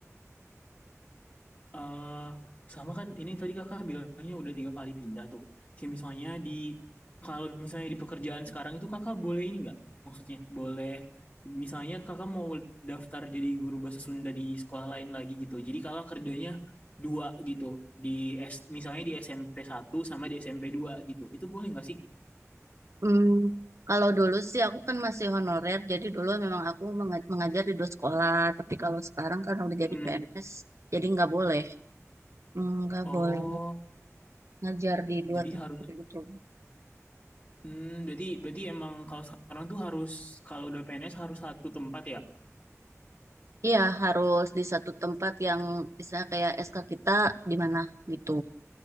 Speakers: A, on the left; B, on the right.
A: eh sama kan ini yang tadi kakak bilangnya udah tiga kali pindah tuh. Kayak misalnya di kalau misalnya di pekerjaan sekarang itu kakak boleh ini nggak? Maksudnya boleh misalnya kakak mau daftar jadi guru bahasa Sunda di sekolah lain lagi gitu. Jadi kakak kerjanya dua gitu di S, misalnya di SMP satu sama di SMP dua gitu. Itu boleh nggak sih?
B: Hmm, kalau dulu sih aku kan masih honorer, jadi dulu memang aku menga- mengajar di dua sekolah. Tapi kalau sekarang kan udah
A: Hmm.
B: jadi PNS, jadi nggak boleh, Hmm, nggak
A: Oh,
B: boleh ngajar di dua
A: jadi
B: tempat
A: harus.
B: gitu.
A: Hmm, berarti berarti emang kalau sekarang tuh harus kalau udah PNS harus satu tempat ya?
B: Iya, harus di satu tempat yang bisa kayak SK kita di mana gitu.